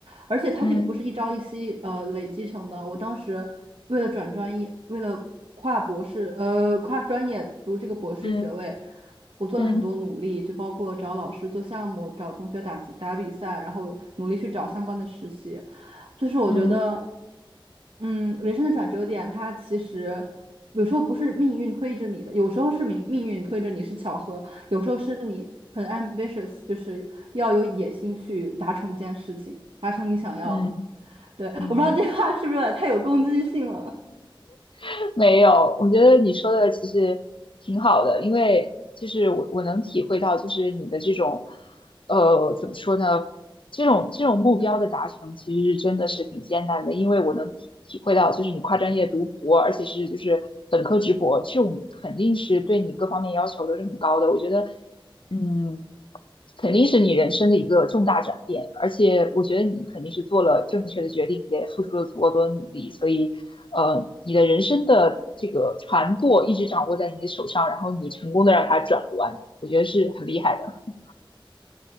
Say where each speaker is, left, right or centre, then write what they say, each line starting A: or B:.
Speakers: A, on the right; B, on the left.
A: 而且它这个不是一朝一夕呃累积成的，
B: 嗯
A: 我当时。为了转专业，为了跨博士，呃，跨专业读这个博士学位，
B: 嗯
A: 我做了很多努力，
B: 嗯
A: 就包括找老师做项目，找同学打比打比赛，然后努力去找相关的实习。就是我觉得，
B: 嗯
A: 嗯，人生的转折点，它其实有时候不是命运推着你的，有时候是命命运推着你是巧合，有时候是你很 ambitious，就是要有野心去达成一件事情，达成你想要的。
B: 嗯
A: 对，
B: 嗯嗯。
A: 我不知道这话是不是有点太有攻击性了。
B: <laughs> 没有，我觉得你说的其实挺好的，因为就是我我能体会到，就是你的这种，呃，怎么说呢？这种这种目标的达成，其实是真的是挺艰难的，因为我能体体会到，就是你跨专业读博，而且是就是本科直博，这种肯定是对你各方面要求都是很高的。我觉得嗯，肯定是你人生的一个重大转变，而且我觉得你肯定是做了正确的决定，也付出了足够多的努力，所以，呃，你的人生的这个船舵一直掌握在你的手上，然后你成功的让它转弯，我觉得是很厉害的。